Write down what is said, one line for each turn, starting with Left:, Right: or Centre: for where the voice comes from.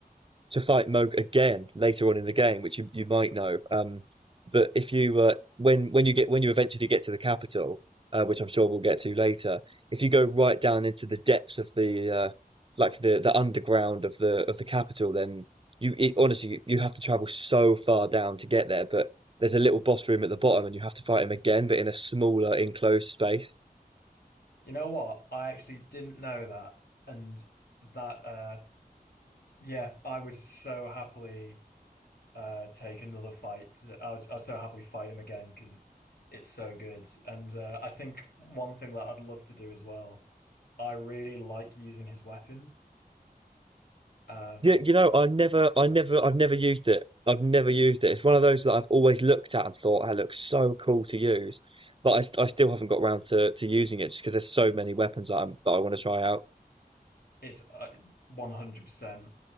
Right: to fight Moog again later on in the game, which you, you might know. Um, but if you uh, when when you get when you eventually get to the capital, uh, which I'm sure we'll get to later, if you go right down into the depths of the uh, like the the underground of the of the capital, then you it, honestly you have to travel so far down to get there. But there's a little boss room at the bottom, and you have to fight him again, but in a smaller enclosed space.
Left: you know what? I actually didn't know that, and that uh yeah, I would so happily uh take another fight. I would I'd so happily fight him again because it's so good. And uh, I think one thing that I'd love to do as well, I really like using his weapon. Um,
Right: Yeah, you know, I never, I never, I've never used it. I've never used it. It's one of those that I've always looked at and thought, that looks so cool to use, but I, st- I still haven't got around to, to using it just because there's so many weapons that, I'm, that I want to try out.
Left: It's uh, 100%.